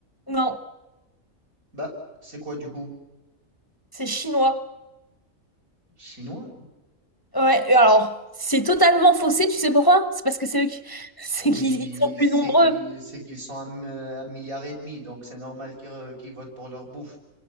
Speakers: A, on the left; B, on the right.
A: Non,
B: Bah, c'est quoi du coup?
A: c'est chinois.
B: Chinois?
A: Ouais, et alors, c'est totalement faussé, tu sais pourquoi? C'est parce que c'est eux qui... <laughs> c'est
B: Oui,
A: qu'ils ils sont plus
B: c'est
A: nombreux.
B: qu'ils c'est qu'ils sont un, euh, un milliard et demi, donc c'est normal qu'ils re- qu'ils votent pour leur bouffe.